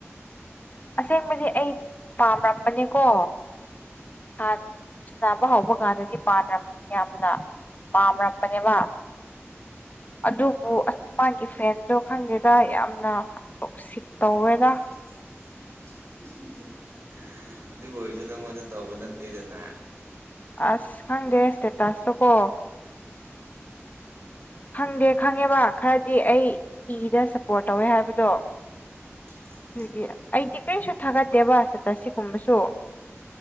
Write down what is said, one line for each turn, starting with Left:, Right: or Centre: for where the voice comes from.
Left: ꯑꯁꯦꯡꯕꯗꯤ ꯑꯩ ꯄꯥꯝꯔꯝꯕꯅꯤꯀꯣ ꯍꯥꯟ ꯆꯥꯕ ꯍꯧꯕ ꯀꯥꯟꯗꯗꯤ ꯄꯥꯟꯔꯝ ꯌꯥꯝꯅ ꯄꯥꯝꯔꯝꯕꯅꯦꯕ ꯑꯗꯨꯕꯨ ꯑꯁ ꯃꯥꯒꯤ ꯐꯦꯟꯗꯣ ꯈꯪꯗꯦꯗ ꯌꯥꯝꯅ ꯇꯣꯛꯁꯤꯛ ꯇꯧꯋꯦꯗ
Right: <unintelligible> ꯑꯗꯨꯕꯨ ꯑꯣꯏꯔꯁꯨ ꯅꯪꯉꯣꯟꯗ ꯇꯧꯕ ꯅꯠꯇꯦꯗꯅ
Left: ꯑꯁ ꯈꯪꯗꯦ ꯁꯇꯦꯇꯥꯁꯇꯣ ꯀꯣ ꯈꯪꯗꯦ ꯈꯪꯉꯦꯕ ꯈꯔꯗꯤ ꯑꯩ ꯏꯗ ꯁꯞꯄꯣꯔꯠ ꯇꯧꯋꯦ ꯍꯥꯏꯕꯗꯣ
Right: ꯑ <unintelligible>
Left: ꯑꯗꯨꯗꯤ ꯑꯩꯗꯤ ꯀꯔꯤꯁꯨ ꯊꯥꯒꯠꯇꯦꯕ ꯏꯁꯇꯦꯇꯁ ꯁꯤꯒꯨꯝꯕꯁꯨ